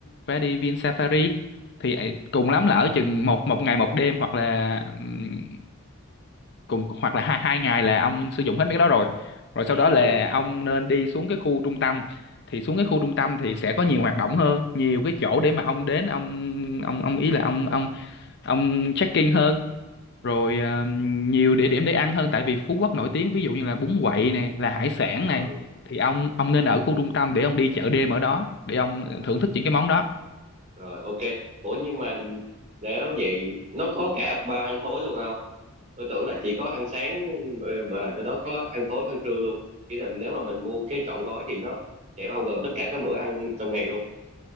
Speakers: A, on the left (about 50°); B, on the right (about 35°).
A: vé đi Vin Safari thì ấy, cùng lắm là ở chừng một một ngày một đêm hoặc là ừm, cùng hoặc là hai, hai ngày là ông sử dụng hết mấy cái đó rồi rồi
B: ừ
A: sau đó là
B: ừ
A: ông nên đi xuống cái khu trung tâm thì xuống cái khu trung tâm thì sẽ có nhiều
B: ờ
A: hoạt động hơn nhiều cái chỗ để mà ông đến ông ông ông ý là ông ông ông check-in hơn rồi ờ, nhiều địa điểm để ăn hơn tại vì Phú Quốc nổi tiếng ví dụ như là bún quậy này là hải sản
B: ờ
A: này thì ông ông nên ở khu trung tâm để ông đi chợ đêm ở đó để ông ờ,
B: à,
A: thưởng thức những cái món đó
B: rồi ok ủa nhưng mà nếu vậy nó có cả bao ăn tối luôn không tôi tưởng là chỉ có ăn sáng ờ, và từ đó có ăn tối có ăn trưa luôn chỉ là nếu mà mình mua cái trọn gói thì nó sẽ bao gồm tất cả các bữa ăn trong ngày luôn